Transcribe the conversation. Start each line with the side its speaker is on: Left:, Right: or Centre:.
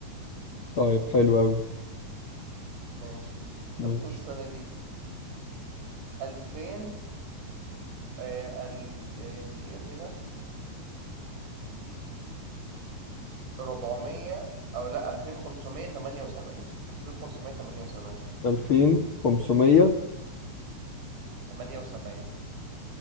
Left: طيب حلو قوي
Right: ماشي
Left: ماشي
Right: طب بص انا دي 2000 آه ال... آه دقيقة كده 2400 او لا 2578 2578
Left: 2578
Right: 78